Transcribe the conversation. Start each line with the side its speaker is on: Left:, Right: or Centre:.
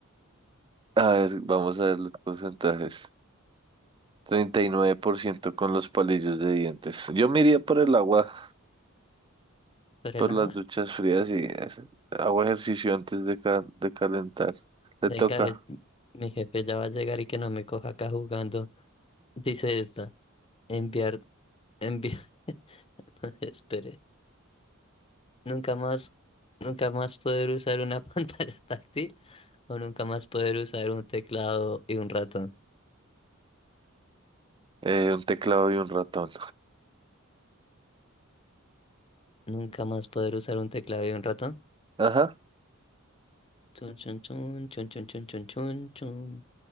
Right: A ver, vamos a ver los porcentajes. 39% con los palillos de dientes. Yo me iría por el agua,
Left: Pero
Right: por
Left: el agua,
Right: las duchas frías y es- hago ejercicio antes de, ca- de calentar. Le
Left: venga,
Right: toca
Left: eh, mi jefe ya va a llegar y que no me coja acá jugando. Dice esta, enviar, enviar, <laughs> espere, nunca más, nunca más poder usar una <laughs> pantalla táctil o nunca más poder usar un teclado y un ratón.
Right: eh, un teclado y un ratón.
Left: Nunca más poder usar un teclado y un ratón.
Right: Ajá.
Left: Chun, chun, chun, chun, chun, chun, chun, chun, chun.